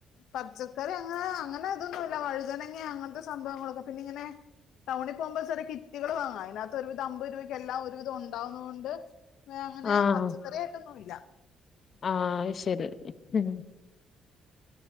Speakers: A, on the left; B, on the left.
A: പച്ചക്കറി അങ്ങനെ അങ്ങനെ ഇതൊന്നുമല്ല വഴുതനങ്ങ അങ്ങനത്തെ സംഭവങ്ങളൊക്കെ പിന്നെ ഇങ്ങനെ- ടവുണിൽ പോകുമ്പോൾ ചെറിയ കിറ്റികൾ വാങ്ങാം അതിനകത്ത് ഒരുവിധം അമ്പത് രൂപയ്ക്ക് എല്ലാം ഒരുവിധം ഉണ്ടാവുന്ന കൊണ്ട്- ഇപ്പോ അങ്ങനെ
B: ആഹ്
A: പച്ചക്കറായിട്ടൊന്നുല്ല
B: ആഹ് അത് ശരി ഉം.